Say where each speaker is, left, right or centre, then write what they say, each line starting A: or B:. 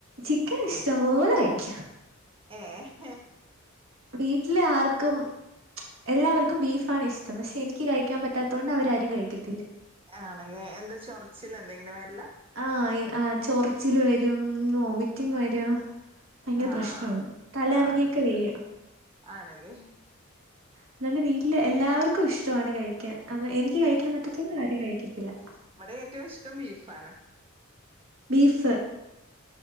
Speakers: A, on the right; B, on the right.
A: ചിക്കൻ ഇഷ്ടം പോലെ കഴിക്കും
B: ഏ ഏ
A: വീട്ടില് ആർക്കും എല്ലാവർക്കും ബീഫാണ് ഇഷ്ടം പക്ഷെ എനിക്ക് കഴിക്കാൻ പറ്റാത്തത് കൊണ്ട് അവരാരും കഴിക്കത്തില്ല
B: ആണല്ലേ എന്താ ചൊറച്ചിലെന്തെങ്കിലും വരിലാ
A: ആഹ് ആഹ് ചൊറച്ചില് വരും വോമിറ്റിങ് വരും ഭയങ്കര
B: ആഹ്
A: പ്രശ്നാണ് തല കറങ്ങിയൊക്കെ
B: ആണല്ലേ
A: വീഴും
B: ആണല്ലേ
A: അതുകൊണ്ട് വീട്ടില് എല്ലാവർക്കും ഇഷ്ടമാണ് കഴിക്കാൻ അ എനിക്ക് കഴിക്കാൻ പറ്റത്തുള്ള കാര്യം ആരും കഴിക്കത്തില്ല
B: ഇവടെ ഏറ്റവും ഇഷ്ടം ബീഫാണ്
A: ബീഫ്